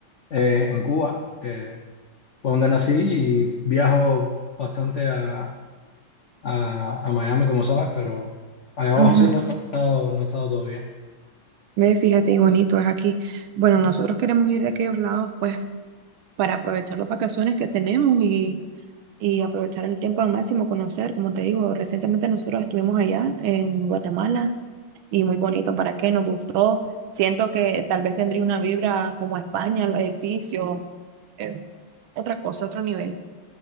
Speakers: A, on the left; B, on the right.
A: eh, en Cuba, que fue donde nací y viajo bastante a, a- a Miami, como sabes, pero allá abajo
B: Ujú.
A: sí no he estado, no he estado todavía.
B: Ve, fíjate, y bonito es aquí. Bueno, nosotros queremos ir de aquellos lados, pues, para aprovechar las vacaciones que tenemos y y aprovechar el tiempo al máximo, conocer, como te digo, recientemente nosotros estuvimos allá en Guatemala y muy bonito, ¿para qué? Nos gustó. Siento que tal vez tendría una vibra como España, los edificios, eh, otra cosa, otro nivel.